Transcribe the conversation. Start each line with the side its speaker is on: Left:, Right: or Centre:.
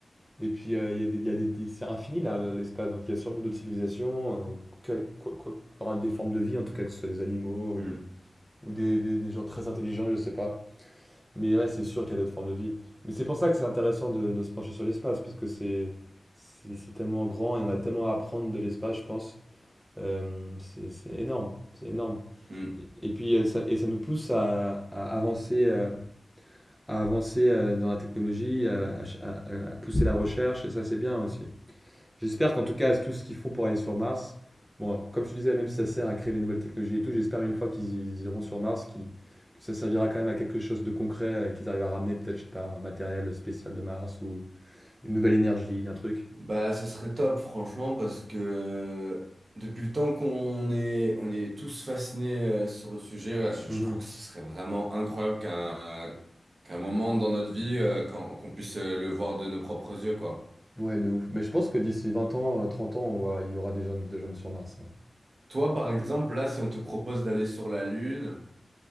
Centre: Et puis, euh, il y a des, il y a des, des- c'est infini, là, l'espace. Donc, il y a sûrement d'autres civilisations, euh, quel- quoi, quoi, enfin, des formes de vie, en tout cas, que ce soit des animaux ou
Right: Mm,
Centre: des, ou des, des, des gens très intelligents, je sais pas. Mais ouais, c'est sûr qu'il y a d'autres formes de vie. Mais c'est pour ça que c'est intéressant de, de se pencher sur l'espace, parce que c'est c'est c'est tellement grand et on a tellement à apprendre de l'espace, je pense. Euh, c'est c'est énorme, c'est énorme.
Right: mm.
Centre: Et, et puis euh, ça, et ça nous pousse à, à avancer, euh, à avancer euh, dans la technologie, à, à ch- à- à- à pousser la recherche, et ça c'est bien aussi. J'espère qu'en tout cas, tout ce qu'ils font pour aller sur Mars, bon, comme je te disais, même si ça sert à créer des nouvelles technologies et tout, j'espère une fois qu'ils iront sur Mars, qu'ils- que ça servira quand même à quelque chose de concret, euh, qu'ils arrivent à ramener peut-être, je sais pas, un matériel spécial de Mars ou une nouvelle énergie, un truc.
Right: Bah, ce serait top, franchement, parce que depuis le temps qu'on est, on est tous fascinés euh, sur le sujet, ouais, je,
Centre: Mhm.
Right: je trouve que ce serait vraiment incroyable qu'un qu'un moment dans notre vie, euh, qu'on qu'on puisse euh, le voir de nos propres yeux, quoi.
Centre: Ouais, de ouf. Mais je pense que d'ici 20 ans, euh, 30 ans, on va- il y aura des hommes, des hommes sur Mars. hein.
Right: Toi, par exemple, là, si on te propose d'aller sur la Lune,